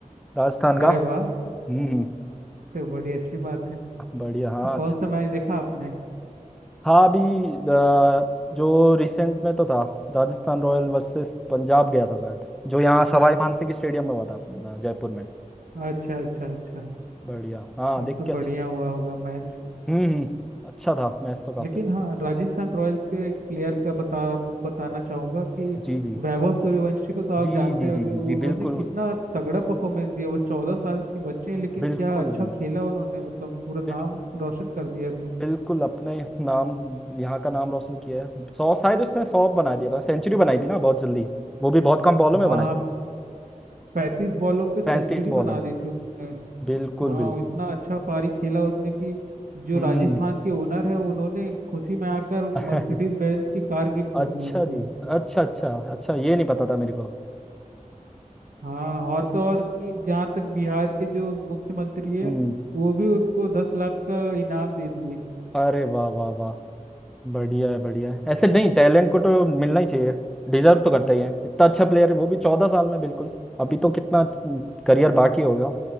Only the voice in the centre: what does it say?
राजस्थान का
हम्म हम्म।
बढ़िया हाँ
अच्छा
था अभी अ, जो रिसेंट में तो था राजस्थान रॉयल वर्सेस पंजाब गया था शायद जो यहाँ सवाई मानसिंह स्टेडियम में हुआ था अपना जयपुर में
बढ़िया हाँ
देख
के अच्छा
हम्म हम्म अच्छा था मैच तो काफी
अच्छा
जी जी
जी
जी
जी जी
जी बिल्कुल
उस
बिल्कुल
बिल्कुल
बिल-
बिल्कुल अपने नाम यहाँ का नाम रोशन किया है सौ शायद उसने सौ बना दिया था सेंचुरी बनाई थी ना बहुत जल्दी वो भी बहुत कम बॉलों
में बनाई
थी
पैंतीस
बॉलों में
बिल्कुल
बिल्कुल
हम्म
<laughs>
अच्छा
जी अच्छा अच्छा अच्छा ये नहीं पता था मेरे को
हम्म
अरे वाह वाह वाह बढ़िया है बढ़िया है ऐसे नहीं टैलेंट को तो मिलना ही चाहिए डिजर्व तो करता ही है इतना अच्छा प्लेयर है वो भी चौदह साल में बिल्कुल अभी तो कितना हम्म, करियर बाकी हो गया